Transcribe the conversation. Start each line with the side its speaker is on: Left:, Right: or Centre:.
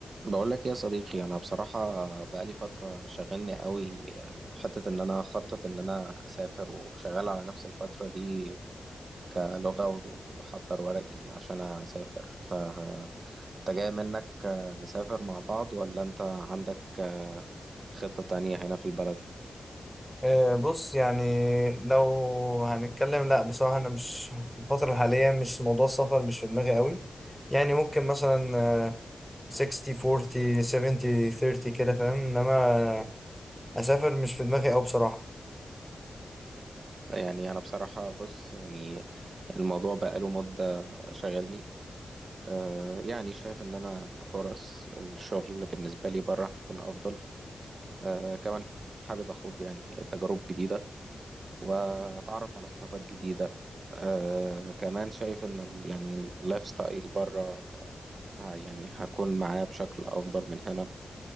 Right: بقول لك إيه يا صديقي انا بصراحه بقالي فتره شغلني قوي حته ان انا اخطط ان انا اسافر وشغال على نفس الفتره دي كلغه واحضر ورقي عشان اسافر ف انت جاي منك نسافر مع بعض ولا انت عندك آه، خطه تانية هنا في البلد
Centre: آه، بص يعني لو هنتكلم لا بصراحة أنا مش في الفترة الحالية مش موضوع السفر مش في دماغي قوي يعني ممكن مثلا آه، 60 40 70 30 كده فاهم إنما أسافر مش في دماغي أوي بصراحة
Right: يعني انا بصراحه بص يعني الموضوع بقاله مده شغلني أه، يعني شايف ان انا فرص الشغل بالنسبه لي بره هتكون افضل آه كمان حابب أخوض يعني تجارب جديدة وأتعرف على ثقافات جديدة آه كمان شايف إنه ال- يعني اللايف ستايل بره ه- يعني هكون معاه بشكل أفضل من هنا